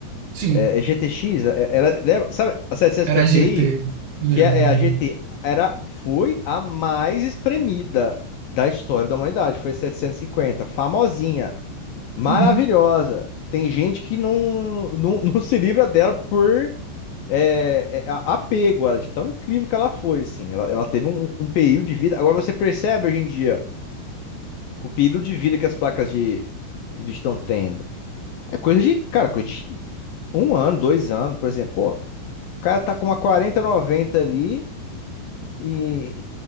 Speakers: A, on the right; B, on the left.
A: Sim.
B: É, é GTX, é- é, era, lembra- sabe a setecentos
A: Era
B: e cinquenta
A: GT,
B: Ti,
A: lembro,
B: que é,
A: lembro.
B: é a GT, era, foi a mais espremida da história da humanidade, foi a setecentos e cinquenta, famosinha. Maravilhosa.
A: Uhum.
B: Tem gente que não, não, <laughs> não se livra dela por é, é, a- apego, ela, de tão incrível que ela foi, assim. Ela, ela teve um, um período de vida. Agora você percebe hoje em dia o período de vida que as placas de, de vídeo estão tendo. É coisa de, cara, coisa de um ano, dois anos, por exemplo. Pô, o cara tá com uma quarenta noventa ali e,